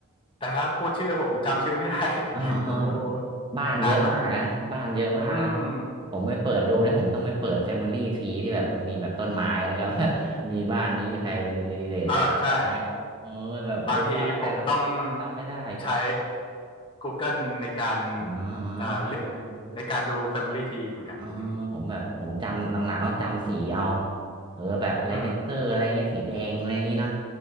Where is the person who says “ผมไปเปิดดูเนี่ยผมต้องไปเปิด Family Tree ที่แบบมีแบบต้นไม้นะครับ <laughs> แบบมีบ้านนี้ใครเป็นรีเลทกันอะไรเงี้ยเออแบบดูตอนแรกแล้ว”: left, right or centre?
Right